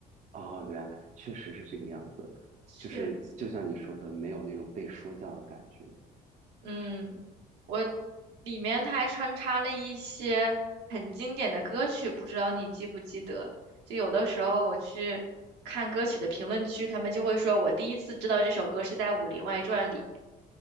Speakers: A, on the right; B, on the right.
A: 哦，原来确实是这个样子，
B: 确
A: 就是就像你说的，没有那种被说教的感觉。
B: 嗯，我里面他还穿插了一些很经典的歌曲，不知道你记不记得？就有的时候我去看歌曲的评论区，他们就会说我第一次知道这首歌是在《武林外传》里，